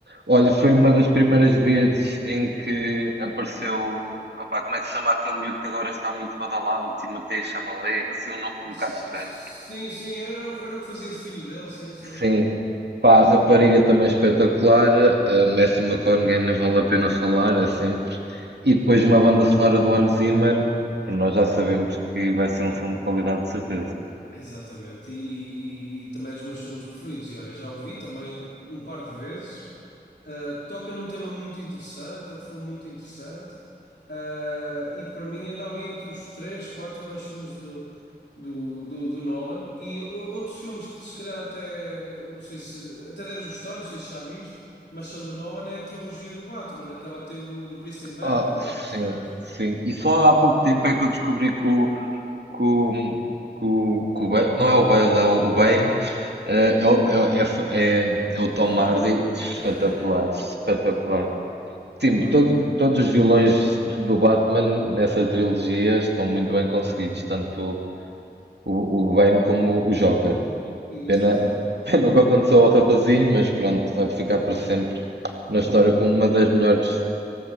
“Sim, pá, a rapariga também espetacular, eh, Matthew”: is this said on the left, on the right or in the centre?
Right